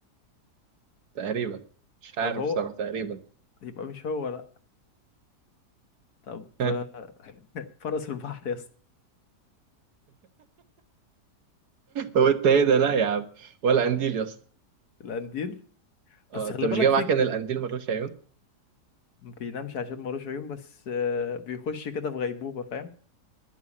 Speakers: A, on the right (about 70°); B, on the left (about 65°).
A: تقريبا مش
B: طب
A: عارف
B: هو
A: بصراحة تقريبا
B: يبقى مش هو لا طب <laughs>
A: <laughs>
B: آه، فرس البحر يا اسطى
A: هو انت ايه ده لا يا عم ولا قنديل يا اسطى
B: القنديل
A: اه
B: بس
A: انت
B: خلي
A: مش
B: بالك
A: جاي
B: فيه
A: معاك
B: كتير
A: ان القنديل ملوش عيون
B: ما بينامش عشان ملوش عيون بس آه بيخش كده في غيبوبة فاهم